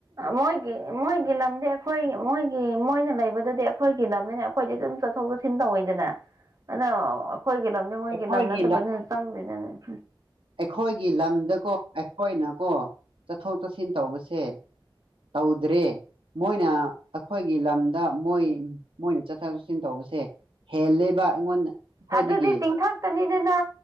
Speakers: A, on the right; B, on the right.
A: ꯃꯣꯏꯒꯤ ꯃꯣꯏꯒꯤ ꯂꯝꯗꯤ ꯑꯩꯈꯣꯏ ꯃꯣꯏꯒꯤ ꯃꯣꯏꯅ ꯂꯩꯕꯗꯗꯤ ꯑꯩꯈꯣꯏꯒꯤ ꯂꯝꯅꯤꯅ ꯑꯩꯈꯣꯏꯗꯤ ꯑꯗꯨꯝ ꯆꯠ ꯆꯠꯊꯣꯛ ꯆꯠꯁꯤꯟ ꯇꯧꯋꯤꯗꯅ ꯑꯗꯣ ꯑꯩꯈꯣꯏꯒꯤ ꯂꯝꯅꯦ
B: ꯑꯩꯈꯣꯏꯒꯤ
A: ꯃꯣꯏꯒꯤ ꯂꯝ ꯅꯠꯇꯕꯅꯤꯅ ꯆꯪꯗ꯭ꯔꯤꯗꯅꯦ
B: ꯑꯩꯈꯣꯏꯒꯤ ꯂꯝꯗꯀꯣ ꯑꯩꯈꯣꯏꯅꯀꯣ ꯆꯠꯊꯣꯛ ꯆꯠꯁꯤꯟ ꯇꯧꯕꯁꯦ ꯇꯧꯗ꯭ꯔꯦ ꯃꯣꯏꯅ ꯑꯩꯈꯣꯏꯒꯤ ꯂꯝꯗ ꯃꯣꯏ ꯃꯣꯏꯅ ꯆꯠꯊꯣꯛ ꯆꯠꯁꯤꯟ ꯇꯧꯕ ꯁꯦ ꯍꯦꯜꯂꯦꯕ ꯑꯩꯉꯣꯟꯗ ꯑꯩꯈꯣꯏꯗꯒꯤ
A: ꯑꯗꯨꯗꯤ ꯆꯤꯡꯊꯛꯇꯅꯤꯗꯅ